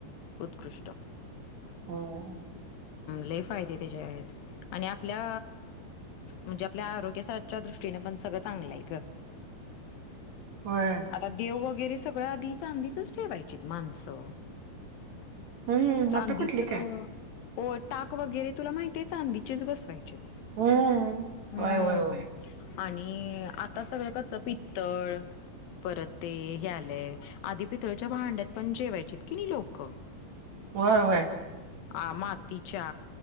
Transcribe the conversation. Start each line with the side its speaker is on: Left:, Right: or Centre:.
Left: उत्कृष्ट
Right: हम्म
Left: लई फायदे त्याचे आहेत आणि आपल्या म्हणजे आपल्या आरोग्याच्या दृष्टीने पण सगळं चांगलंय ग
Right: होय
Left: आता देव वगैरे सगळ आधीच चांदीचच ठेवायची माणसं
Right: हम्म
Left: चांदीच
Right: आता कुठली काय
Left: हो टाक वगैरे तुला माहितीय आहे चांदीीचेच बसवायचे
Right: हम्म
Left: हम्म
Right: होय होय होय
Left: आणि आता सगळं कस पि तळ परत ते हे आलेय आधी पितळच्या भांड्यात पण जेवायचीत कि नाही लोक
Right: होय होय
Left: आ माती अच्छा